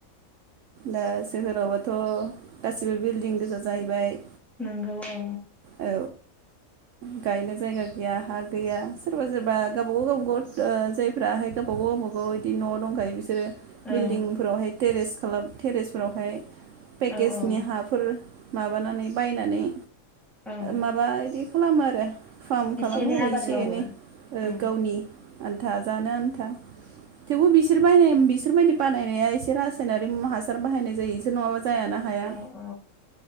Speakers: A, on the right (about 65°); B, in the centre.
A: दा सोहोरावबाथ' गासिबो बिल्दिं गोजा जाहैबाय।
B: नंगौ औ।
A: औ गायनो जायगा गैया हा गैया सोरबा -सोरबा गावबा -गाव गावबा-गाव जायफ्राहाय गावबा- गाव गावबा-गाव बिदि न' दंखायो बिसोर बिसोरो
B: औ
A: बिल्दिंफोरावहाय टेरेस खालाम टेरेसफोरावहाय पेकेजनि
B: औ औ
A: हाफोर माबानानै बायनानै
B: औ
A: माबा बिदि खालामो आरो। फार्म खालामो
B: एसे एनै
A: ओरै
B: आबाद
A: एसे
B: मावो
A: एनै
B: औ
A: गावनि आन्था जानो आन्था थेवबो बिसोर बाय- बिसोरबायदि बानायनाया एसे रासायनारि <unintelligible> बाहायनाय जायो नङाबा जायाना हाया।
B: औ औ